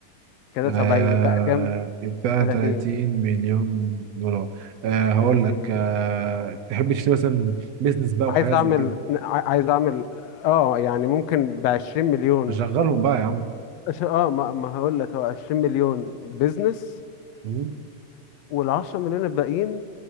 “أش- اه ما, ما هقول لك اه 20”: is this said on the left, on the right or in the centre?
Left